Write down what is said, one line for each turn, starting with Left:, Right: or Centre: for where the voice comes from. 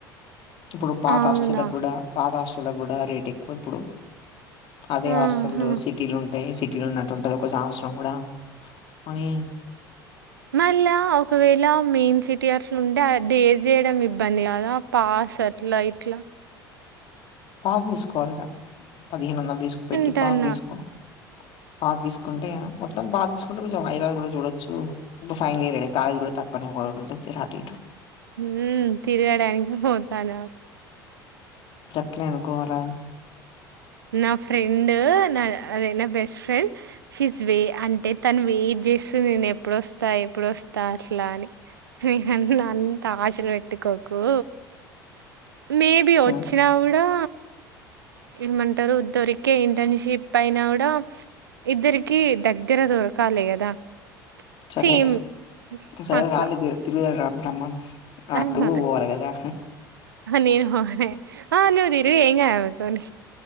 Left: ఇప్పుడు పాత
Right: అవునా!
Left: హాస్టలక్కూడా పాతా హాస్టల్ కూడా రేట్ ఎక్కువ ఇప్పుడు అదే
Right: ఆహా!
Left: హాస్టల్ సిటీలు ఉంటాయి సిటీలో ఉన్నట్టు ఉంటది ఒక సంవత్సరం కూడా మనీ
Right: మళ్ళా ఒకవేళ మెయిన్ సిటీ అట్లు ఉంటే డేర్ చేయడం ఇబ్బంది కదా పాస్ అట్లా ఇట్లా
Left: పాస్ తీస్కోవాలిక పదిహేను వందలు తీస్కుపెట్టి
Right: అంటాన్నా.
Left: పాస్ తీస్కో పాస్ తీస్కుంటే మొత్తం పాస్ తీస్కుంటే కొంచెం హైదరాబాద్ కూడా చూడొచ్చు ఇప్పుడు ఫైనల్ ఇయరె కాలేజి కూడా తకున్న <unintelligible> హ్యాపీగా
Right: హ తిర్గడానికి పోతాన
Left: ఆట్లా అనుకోవాలా
Right: నా ఫ్రెండ్ నా అదె న బెస్ట్ ఫ్రెండ్ షీఈ జ్ వెయిట్అంటే తను వెయిట్ చేస్తు నేను ఎప్పుడొస్తా ఎప్పుడుొస్తా అట్లా అని హ్మ్ హ్మ్ అంత ఆశలు పెట్టుకోకు మేబి వచ్చినా
Left: ఉమ్,
Right: కూడా ఏమంటారు దొరికే ఇంటర్న్షిప్ పయినా కూడా ఇద్దరికి దగ్గర దొరకాలి కదా
Left: సరే
Right: సేమ్
Left: సరే
Right: అట్లా
Left: రాలిదు తిరుగుదాము రామ్మను ఆ
Right: ఆహా,
Left: అరువు పోవాలి కదా
Right: నేను పోలె ఆ నువ్వు దీరుగు ఏం కాదు తోని